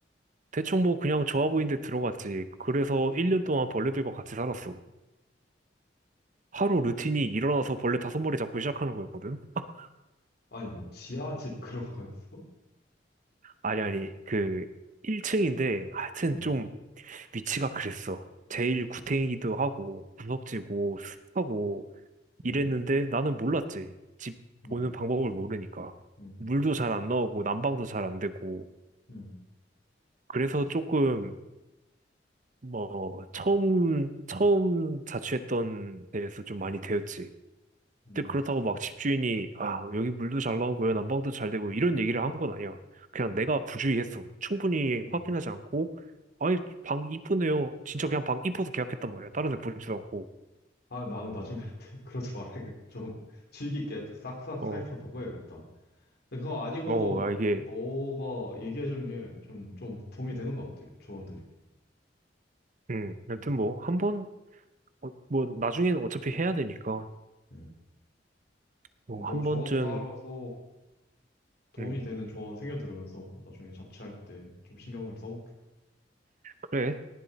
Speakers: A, on the right; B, on the left.
A: 대충 뭐 그냥 좋아 보이는데 들어갔지. 그래서 1년 동안 벌레들과 같이 살았어. 하루 루틴이 일어나서 벌레 다섯 마리 잡고 시작하는 거였거든. <laughs>
B: 아니, 뭐, 지하집 <laughs> 그런 거였어?
A: 아니 아니 그 1층인데 하여튼
B: 음,
A: 좀 위치가 그랬어. 제일 구탱이기도 하고 구석지고 습하고 이랬는데
B: 음,
A: 나는 몰랐지. 집
B: 음,
A: 보는 방법을 모르니까.
B: 음,
A: 물도 잘 안 나오고 난방도 잘 안 되고
B: 음,
A: 그래서 조금 뭐 처음 처음 자취했던 데에서 좀 많이 데였지.
B: 음.
A: 근데 그렇다고 막 집주인이 아 여기 물도 잘 나오고요 난방도 잘 되고 이런 얘기를 한 건 아니야. 그냥 내가 부주의했어. 충분히
B: 음.
A: 확인하지 않고 아이 방 이쁘네요. 진짜 그냥 방 이뻐서 계약했단 말이야. 다른 데 보지도 않고.
B: 아, 나는 나중에 할 때 <laughs> 그러지 말아야겠다. 좀 주의 깊게 싹싹
A: 어,
B: 살펴보고 해야겠다. 근데 그거 아니고도
A: 어, 아
B: 어,
A: 이게
B: 너가 얘기해준 게 좀, 좀 도움이 되는 것 같아, 조언들이.
A: 음 여튼
B: 음.
A: 뭐 한 번 어, 뭐 나중엔 어차피 해야 되니까
B: 음.
A: 뭐
B: 그럼 너
A: 한
B: 조언
A: 번쯤
B: 따라서 도움이
A: 음
B: 되는 조언 새겨 들으면서 나중에 잡지할 때 좀 신경을 써볼게.
A: 그래